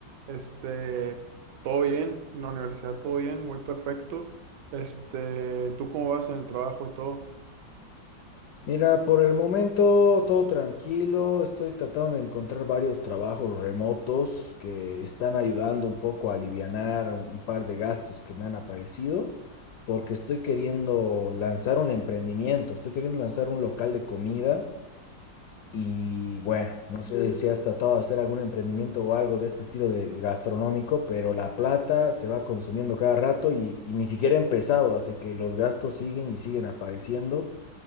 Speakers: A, on the right; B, on the left.
A: Este, todo bien, en la universidad todo bien, muy perfecto. Este, ¿tú cómo vas en el trabajo y todo?
B: Mira, por el momento todo tranquilo, estoy tratando de encontrar varios trabajos remotos que están ayudando un poco a alivianar un un par de gastos que me han aparecido, porque estoy queriendo lanzar un emprendimiento, estoy queriendo lanzar un local de comida. Y bueno, no sé si has tratado de hacer algún emprendimiento o algo de este estilo de gastronómico, pero la plata se va consumiendo cada rato y, y ni siquiera he empezado, así que los gastos siguen y siguen apareciendo,